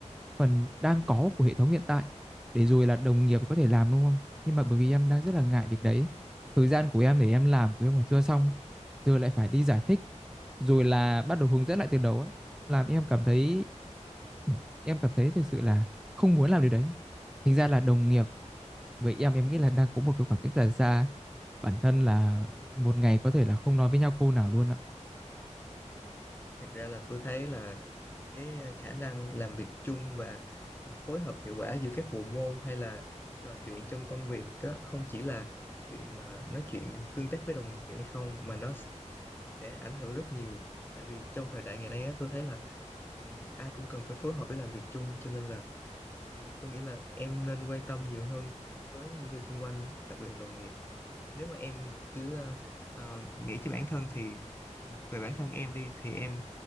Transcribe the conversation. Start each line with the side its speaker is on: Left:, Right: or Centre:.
Centre: phần đang có của hệ thống hiện tại để rồi là đồng nghiệp có thể làm đúng không? Nhưng mà bởi vì em đang rất là ngại việc đấy. Thời gian của em để em làm của em còn chưa xong, giờ lại phải đi giải thích, rồi là bắt đầu hướng dẫn lại từ đầu á, làm em cảm thấy ừ, em cảm thấy thực sự là không muốn làm điều đấy. Thành ra là đồng nghiệp với em em nghĩ là đang có một cái khoảng cách là xa. Bản thân là một ngày có thể là không nói với nhau câu nào luôn ạ.
Left: Thật ra là tôi thấy là cái ờ, khả năng làm việc chung và phối hợp hiệu quả giữa các bộ môn hay là trò chuyện trong công việc á, không chỉ là cái chuyện mà nói chuyện tương tác với đồng nghiệp hay không mà nó s- sẽ ảnh hưởng rất nhiều tại vì trong thời đại ngày nay á, tôi thấy là ừm, ai cũng cần phải phối hợp để làm việc chung cho nên là ừm, tôi nghĩ là em nên quan tâm nhiều hơn tới những người xung quanh đặc biệt là đồng nghiệp nếu mà em cứ ờ, ờ, nghĩ cho bản thân thì ừm, về bản thân em đi thì em